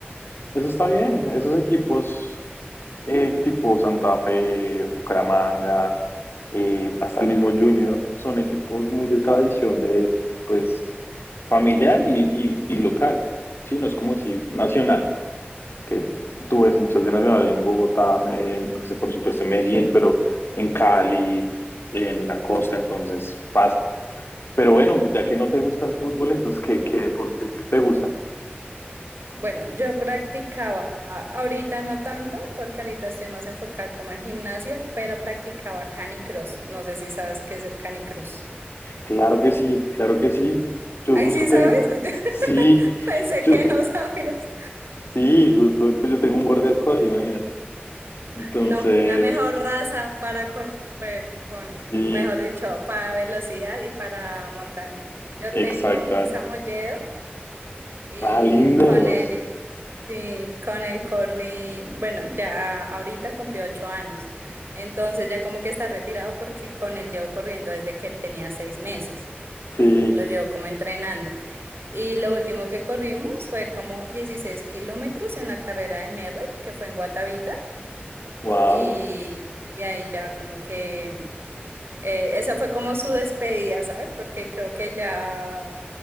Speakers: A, on the left (about 75°); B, on the right (about 75°).
A: Eso está bien. Esos equipos eh, tipo Santa Fe, Bucaramanga, eh, hasta el mismo Junior, son equipos muy de tradición de, pues, familiar y, y, y local, ¿sí? No es como decir nacional, que tú ves hinchas de Nacional en Bogotá, en, pues, por supuesto en Medellín,
B: Sí.
A: pero en Cali, en la costa, entonces pasa. Pero bueno, ya que no te gusta el fútbol, entonces, ¿qué, qué deportes te gustan?
B: Bueno, yo practicaba, ahorita no tanto, porque ahorita estoy más enfocada como en gimnasio, pero practicaba canicross. No sé si sabes qué es el canicross.
A: Claro que sí, claro que sí. Yo
B: Ay,
A: gusto
B: sí,
A: tengo,
B: ¿sabes? <laughs>
A: sí,
B: Pensé
A: yo,
B: que no sabías.
A: Sí, justo, pues yo tengo un border collie, imagínate. Entonces,
B: No, la mejor raza para correr con,
A: sí,
B: mejor dicho, para velocidad y para montaña. Yo
A: exacta.
B: tengo un samoyedo y
A: Ah, lindos.
B: con él, sí, con él corrí, bueno, ya ahorita cumplió ocho años. Entonces ya como que está retirado porque con él llevo corriendo desde que él tenía seis meses.
A: Sí,
B: Lo llevo como entrenando. Y lo último que corrimos fue como 16 kilómetros en la carrera de Merrell, que fue en Guatavita.
A: wow.
B: Y, y ahí ya como que eh, esa fue como su despedida, ¿sabes? Porque creo que ya,